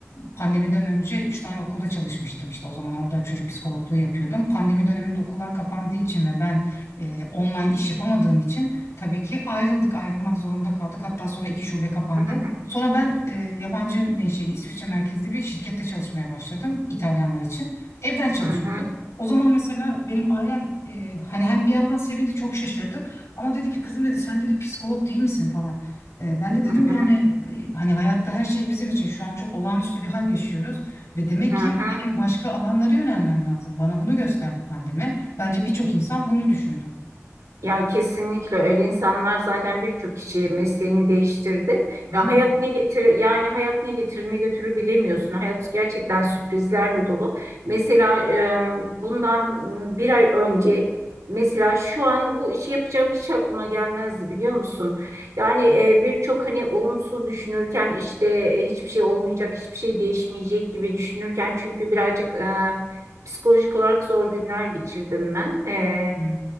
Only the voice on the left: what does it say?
pandemiden önce üç tane okulda çalışmıştım. İşte o zaman orada çocuk psikologluğu yapıyordum. Pandemi döneminde okullar kapandığı için ve ben e, online iş yapamadığım için tabii ki ayrıldık, ayrılmak zorunda kaldık. Hatta sonra iki şube kapandı.
Sonra ben e, yabancı menşeli İsviçre merkezli bir şirkette çalışmaya başladım İtalyanlar için. Evden çalışıyordum.
O zaman mesela benim ailem e, hani hem bir yandan sevindi çok şaşırdı ama dedi ki kızım dedi sen dedi psikolog değil misin falan. E, Ben de
dedim
yani e, hani hayatta her şey bizim için şu an çok olağanüstü bir hal yaşıyoruz ve demek
ki
benim başka alanlara yönelmem lazım. Bana bunu gösterdi pandemi. Bence birçok insan bunu düşündü.
Değil
mi?
Hı hı.